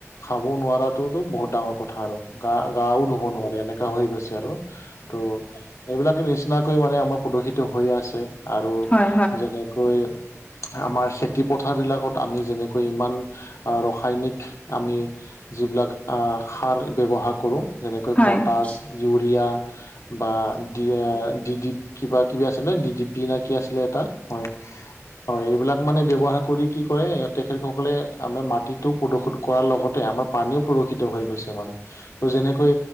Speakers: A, on the left (about 75°); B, on the left (about 30°).
A: খাব নোৱাৰটোতো বহুত ডাঙৰ কথা আৰু। গা গাও ধুব নোৱাৰে এনেকা হৈ গৈছে আৰু ত' এইবিলাকে নিচিনাকৈ মানে আমাৰ প্ৰদূষিত হৈয়ে আছে আৰু
B: হয় হয় হয় হয় হয় হয়
A: যেনেকৈ আমাৰ খেতি পথাৰবিলাকত আমি যেনেকৈ ইমান ৰসায়নিক আমি যিবিলাক আ, সাৰ ব্যৱহাৰ কৰো যেনেকৈ
B: হয়
A: পটাছ, ইউৰিয়া বা ডি ডি কিবা কিবি আছিলে ডি ডি পি নে কি আছিলে এটা মই হয়, এইবিলাক মানে ব্যৱহাৰ কৰি কি কৰে তেখেতসকলে আমাৰ মাটিটো প্ৰদূসুত কৰাৰ লগতে, আমাৰ পানীও প্ৰদূষিত হৈ গৈছে মানে। ত' যেনেকৈ